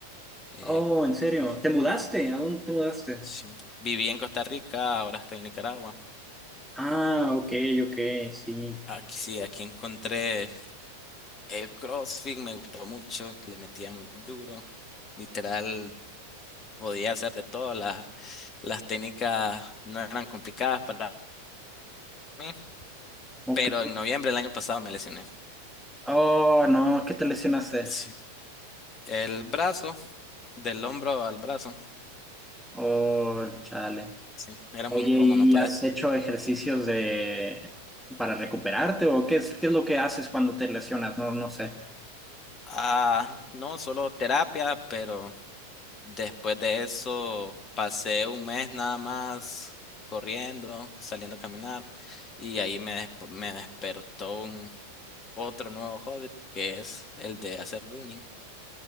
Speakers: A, on the left; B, in the centre.
A: eh,
B: Oh, en serio.
A: cu-
B: ¿Te mudaste? ¿A dónde te mudaste?
A: sí. Viví en Costa Rica, ahora estoy en Nicaragua.
B: Ah, ok, ok, sí.
A: Aquí sí, aquí encontré el CrossFit, me gustó mucho, le metía muy duro. Literal, podía hacer de todo, las, las técnicas no eran complicadas para mí,
B: Ok.
A: pero en noviembre del año pasado me lesioné.
B: Oh, no, ¿qué te lesionaste?
A: Sí. El brazo, del hombro al brazo,
B: Oh, chale.
A: sí, era
B: Oye,
A: muy incómodo,
B: ¿y
A: no podía
B: has hecho ejercicios de para recuperarte o qué es, qué es lo que haces cuando te lesionas? No, no sé.
A: Ah, no, solo terapia, pero después de eso pasé un mes nada más corriendo, saliendo a caminar y ahí me, desp- me despertó un otro nuevo hobby que es el de hacer running.